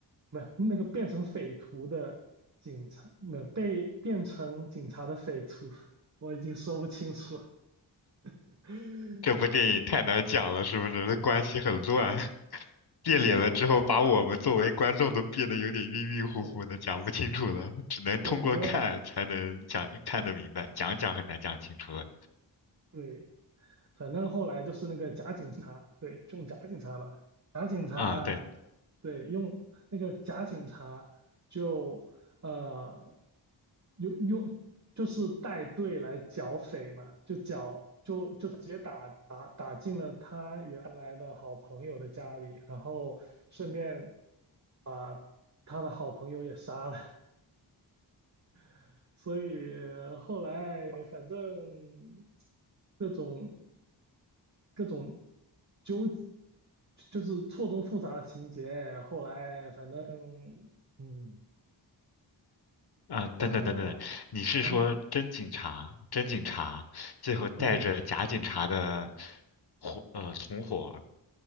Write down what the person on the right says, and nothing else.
没有那个变成匪徒的警察，没有被变成警察的匪徒，<laughs> 我已经说不清楚了。<laughs>
对
对
对，我
对。反正后来就是那个假警察，对，用假警察嘛，假警察，
对，用那个假警察就呃用用就是带队来剿匪嘛，就剿就就直接打打打进了他原来的好朋友的家里，然后顺便把他的好朋友也杀了，<laughs> 所以后来反正。各种各种纠，就是错综复杂的情节。后来反正，嗯，
哦，
嗯
嗯，